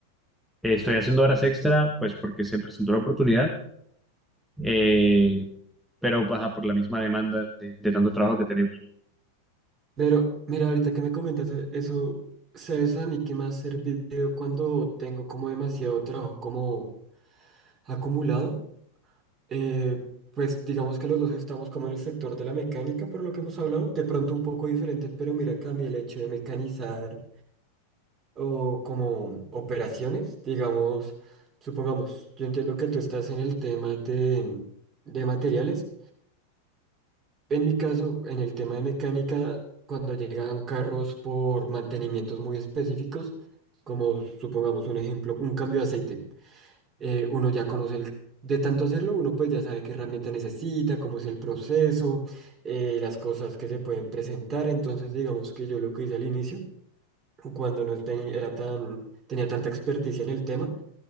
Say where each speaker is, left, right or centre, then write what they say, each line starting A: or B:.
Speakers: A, in the centre; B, on the right (about 25°).
A: estoy haciendo horas extra, pues porque se presentó la oportunidad, eh, pero baja por la misma demanda de, de tanto trabajo que tenemos.
B: Pero mira, ahorita que me comentas e- eso, ¿sabes a mí qué me ha servido cuando tengo como demasiado trabajo como acumulado? Eh, pues digamos que los dos estamos como en el sector de la mecánica, por lo que hemos hablado, de pronto un poco diferentes, pero mira que a mí el hecho de mecanizar o como operaciones, digamos, supongamos, yo entiendo que tú estás en el tema de, de materiales. En mi caso, en el tema de mecánica, cuando llegan carros por mantenimientos muy específicos, como supongamos un ejemplo, un cambio de aceite, eh, uno ya conoce el, de tanto hacerlo, uno pues ya sabe qué herramienta necesita, cómo es el proceso, eh, las cosas que se pueden presentar. Entonces, digamos que yo lo que hice al inicio, cuando no ten- era tan, tenía tanta experticia en el tema,